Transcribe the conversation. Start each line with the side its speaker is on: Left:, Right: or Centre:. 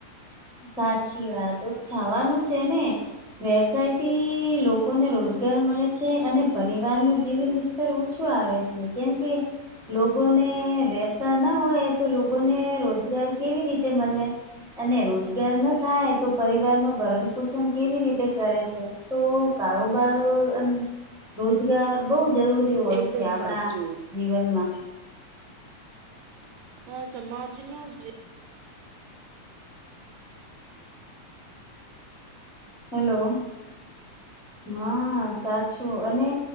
Centre: સાચી વાત થવાનું છે ને
Right: હમ
Centre: વ્યવસાય થી. લોકોને રોજગાર મળે છે અને પરિવાર નું જીવન સ્તર ઓછું આવે છે કેમ કે લોકોને વ્યવસાાય ના હોય તો લોકોને રોજગાર કેવી રીતે મળે ત રોજ. થાય તો પરિવાર નું ભરણ પોષણ કેવી રીતે કરે છે તો કારોબાર અને રોજગાર બહુ જરૂરી હોય
Right: એકદમ
Centre: છે આપણા
Right: સાચું
Centre: જીવનમાં
Right: હા સમાજનો જે
Centre: હલો. હા સાચું અને